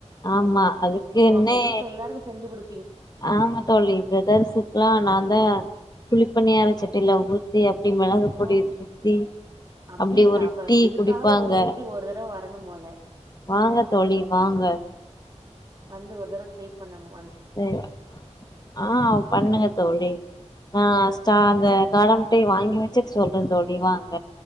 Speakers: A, on the left; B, on the right.
A: ஆமா அதுக்குன்னே
B: ஓ அப்ப வீட்ல எல்லாருக்கு செஞ்சு குடு
A: ஆமா தோழி பிரதர்ஸுக்ல்லா நாந்தா குளிப் ப்பணியாரச்சட்டுயில ஊத்தி அப்டி மெளகா பொடிய
B: ஓ
A: தூத்தி
B: அப்டிங்களா
A: அப்டி ஒரு
B: அப்ப
A: டீ
B: இதுக்காக
A: குடிப்பாங்க
B: உங்க வீட்டுக்கு ஒரு தடவ வரணு போல
A: வாங்க தோழி வாங்க
B: வந்து ஒரு தடவ ட்ரை பண்ணனு
A: சேரியா பண்ணுங்க தோழி நா சா அந்த காட முட்டைய வாங்கி வெச்சு சொல்றந் தோழி வாங்க